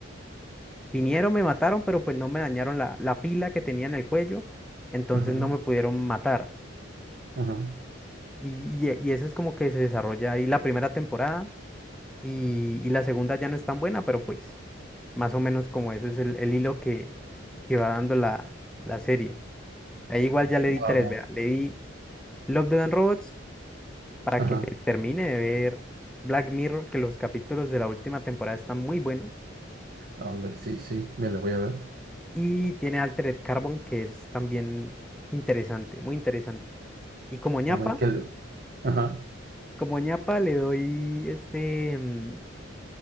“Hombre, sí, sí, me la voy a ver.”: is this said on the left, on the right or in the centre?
Right